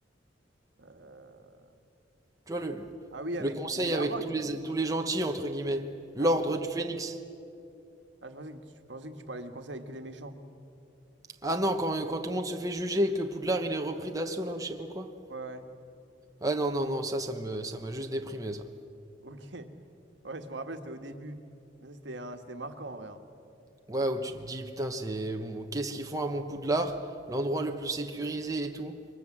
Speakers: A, on the right; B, on the right.
A: Euh,
B: Tu vois,
A: attends.
B: le,
A: Ah oui, avec
B: le conseil
A: les Arog.
B: avec tous les, tous les gentils, entre guillemets. L'ordre
A: Ah, je,
B: du phénix.
A: ah, je pensais que, tu- je pensais que tu parlais du conseil avec que les méchants.
B: Ah non, quand, quand tout le monde se fait juger et que Poudlard il est repris d'assaut là ou je sais pas quoi.
A: Ouais, ouais.
B: Ah non, non, non, ça, ça me, ça m'a juste déprimé ça.
A: <laughs> Ok. Ouais, je me rappelle, c'était au début. Mais ça, c'était un- c'était marquant, en vrai. hein.
B: Ouais, où tu te dis, putain, c'est qu'est-ce qu'ils font à mon Poudlard? L'endroit le plus sécurisé et tout.